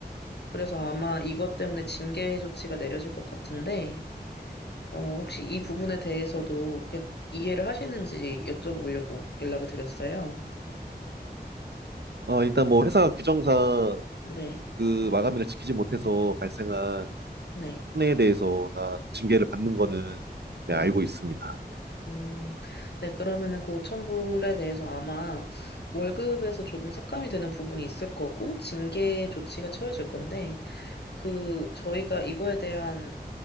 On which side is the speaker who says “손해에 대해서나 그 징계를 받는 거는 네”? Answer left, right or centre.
Right